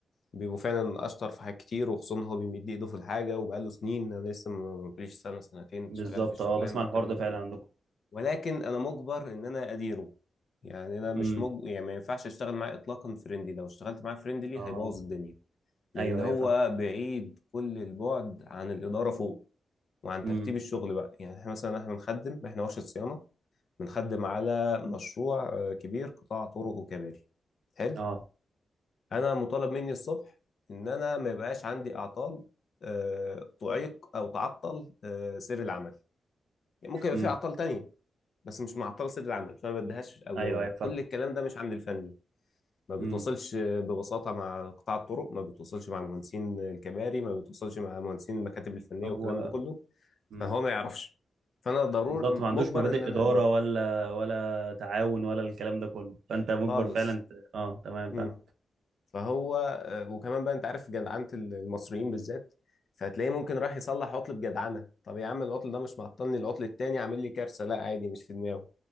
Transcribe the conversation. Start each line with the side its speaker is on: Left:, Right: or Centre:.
Left: بيبقوا فعلا اشطر في حاجات كتير وخصوصا هو بيمد ايده في الحاجه وبقاله سنين انا لسه ما- مبقاليش سنه سنتين
Right: بالظبط
Left: شغال في الشغلانه
Right: اه بسمع
Left: والكلام
Right: الحوار ده
Left: ده
Right: فعلا عندكم
Left: ولكن انا مجبر ان انا اديره يعني انا مش
Right: امم
Left: مج... يعني ما ينفعش اشتغل معاه اطلاقا فريندلي لو اشتغلت معاه فريندلي
Right: اه
Left: هيبوظ الدنيا لان
Right: ايوه
Left: هو
Right: ايوه فاهم
Left: بعيد كل البعد عن الاداره فوق وعن
Right: امم
Left: ترتيب الشغل بقى يعني احنا مثلا احنا بنخدم احنا ورشه صيانه بنخدم على مشروع آه، كبير قطاع طرق وكباري حلو
Right: اه
Left: انا مطالب مني الصبح ان انا ما يبقاش عندي اعطال آه، تعيق او تعطل آه، سير العمل يعني ممكن يبقى
Right: امم
Left: في اعطال تانية بس مش معطله سر العمل فما بديهاش اولويه
Right: ايوه ايوه فاهم
Left: كل الكلام ده مش عند الفني ما بتوصلش
Right: امم
Left: ببساطه مع قطاع الطرق ما بتوصلش مع مهندسين الكباري ما بتوصلش مع مهندسين المكاتب الفنيه
Right: هو
Left: والكلام ده كله
Right: امم
Left: فهو ما يعرفش فانا ضروري
Right: بالظبط
Left: مجبر
Right: ما عندوش مبادئ
Left: ان انا
Right: اداره
Left: اديره
Right: ولا ولا تعاون ولا الكلام ده كله فانت مجبر
Left: خالص
Right: فعلا ت... اه تمام
Left: مم.
Right: فاهم
Left: فهو آه، وكمان بقى انت عارف جدعنه المصريين بالذات فهتلاقيه ممكن راح يصلح عطل بجدعنه طب يا عم العطل ده مش معطلني العطل التاني عامل لي كارثه لا عادي مش في دماغه